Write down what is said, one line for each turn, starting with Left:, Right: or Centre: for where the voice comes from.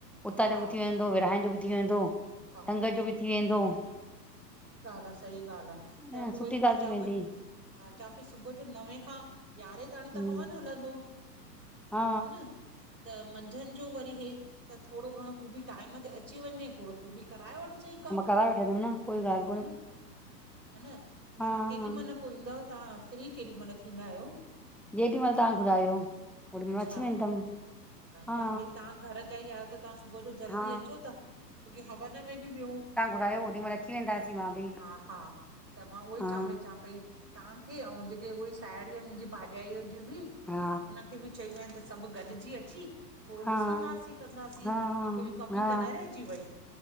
Centre: उतां
Right: हा
Centre: जो बि थी वेंदो विराइ जो बि थी वेंदो
Right: हा
Centre: संगत जो बि थी वेंदो।
Right: सी ॻाल्ह आ सही ॻाल्ह आहे त
Centre: न
Right: उहो
Centre: सुठी
Right: ई मां
Centre: ॻाल्हि
Right: चवां
Centre: थी वेंदी
Right: पई -- हा चां पई सुबुह जो नवें खां यारहें ताणी
Centre: हम्म
Right: त हवन हलंदो। ह
Centre: हा
Right: न -- त मंझंदि जो वरी इहे त थोरो घणो तू बि टाइम ते अची वञे थोरो तू बि -- कराए वठिजेइ कम।
Centre: प वठ कोईाल --
Right: ह न ह न तव्हां
Centre: हा
Right: केॾी
Centre: हा
Right: महिल -- पोइ ईंदव तव्हां फ्री केॾी महिल थींदा आहियो?
Centre: जेॾीमहिल तव्हां घुरायो ओॾी महिल
Right: अच्छा
Centre: अची वेंदम हा।
Right: चवां पई तव्हां घर जा ई आहियो त तव्हां सुबुह जो जल्दी
Centre: हा
Right: अचो था छोकी हवन में बि विहो।
Centre: र्रायोओॾ म -- वेंदासीं मां बि।
Right: हा हा त मां उहोई
Centre: हा
Right: चव पई चवां पई। तव्हांखे ऐं जेके उहे ई साहेड़ियूं आहिन मुंहिंजी भाॼाईअ जूं बि
Centre: हा
Right: उनखे बि चई वें -- त सभ गॾिजी अची -- थोरो
Centre: हा
Right: ॾिसंदासीं कंदासीं
Centre: हा
Right: की कोई कमी
Centre: हा
Right: त न रहिजी वई --